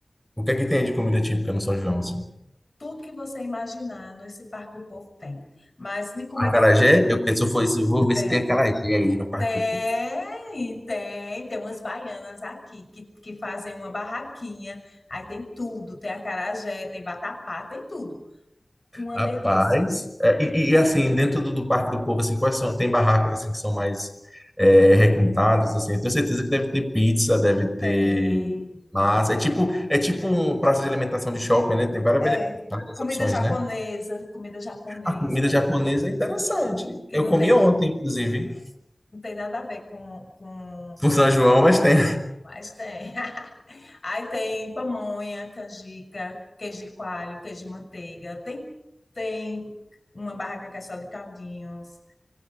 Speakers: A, in the centre; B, on the left (about 45°).
A: O que é que tem aí de comida típica no São João, assim?
B: Tudo que você imaginar nesse Parque do Povo tem. Mas de comida
A: Acarajé,
B: típica
A: eu penso, foi isso, vou ver
B: tem,
A: se tem acarajé aí no Parque
B: tem,
A: do Povo.
B: tem, tem umas baianas aqui que, que fazem uma barraquinha. Aí tem tudo, tem acarajé, tem vatapá, tem tudo. Uma
A: Rapaz,
B: delícia.
A: é, e, e, assim, dentro do, do Parque do Povo, assim, quais são, tem barracas assim que são mais é, requintadas, assim, eu tenho certeza que deve ter pizza, deve ter
B: Tem.
A: massa, é tipo, é tipo um praça de alimentação de shopping, né? Tem várias,
B: É.
A: vari- várias
B: Comida
A: opções,
B: japonesa,
A: né?
B: comida japonesa,
A: A comida japonesa é interessante.
B: que
A: Eu
B: não
A: comi
B: tem,
A: ontem, inclusive,
B: não tem nada a ver com, com
A: no São João, mas tem.
B: Mas tem. <laughs> Aí tem pamonha, canjica, queijo de coalho, queijo de manteiga. Tem, tem uma barraca que é só de caldinhos.